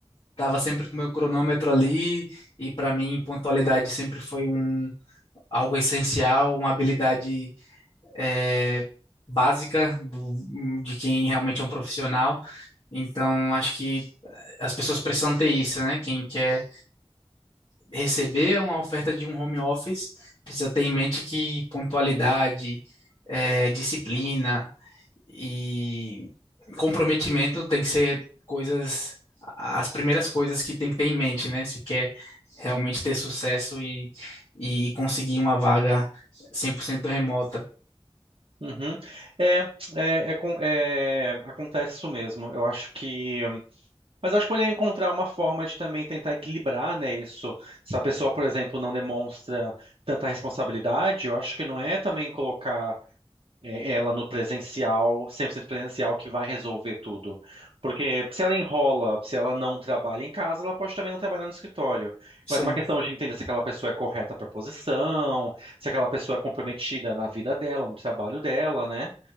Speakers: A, on the left; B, on the right.
A: tava sempre com o meu cronômetro ali, e para mim, pontualidade sempre foi um, algo essencial, uma habilidade eh, básica do, de quem realmente é um profissional. Então, acho que as pessoas precisam ter isso, né? Quem quer receber uma oferta de um home office, precisa ter em mente que pontualidade, eh, disciplina e comprometimento tem que ser coisas, as primeiras coisas que tem que ter em mente, né? Se quer realmente ter sucesso e, e conseguir uma vaga 100% remota.
B: Uhum. É, é, é, com- é, acontece isso mesmo. Eu acho que. Mas eu acho que poderia encontrar uma forma de também tentar equilibrar, né, isso. Se a pessoa, por exemplo, não demonstra tanta responsabilidade, eu acho que não é também colocar é, ela no presencial, 100% presencial, que vai resolver tudo. Porque se ela enrola, se ela não trabalha em casa, ela pode também não trabalhar no escritório.
A: Sim.
B: Mas é uma questão de entender se aquela pessoa é correta para a posição, se aquela pessoa é comprometida na vida dela, no trabalho dela, né?